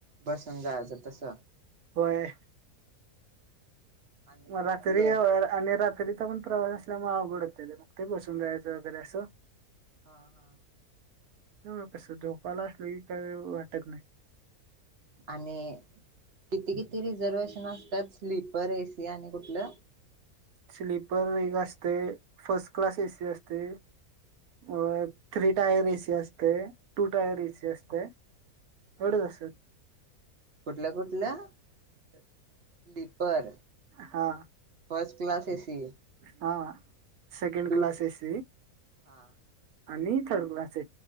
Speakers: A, on the right; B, on the right.
A: बसून जायचं तस,
B: होय
A: आणि
B: मला तरी
A: ल
B: या वर आले रात कधी तर आपण प्रवास असल्यामुळे अवघड हो मग ते बसून जायचं वगैरे असं
A: हा हा
B: हम् मग कस झोपाला असलं का वाटत नाही
A: आणि किती किती रिझर्वेशन असतात स्लीपर एसी आणि कुठलं
B: स्लीपर एक असते फर्स्ट क्लास एसी असते अ थ्री टायर एसी असते टू टायर एसी असते एवढंच
A: हा
B: असत
A: कुठल्या कुठल्या स्लीपर
B: हा
A: फर्स्ट क्लास एसी
B: हा सेकंड
A: टू
B: क्लास एस
A: हा
B: आणि थर्ड क्लास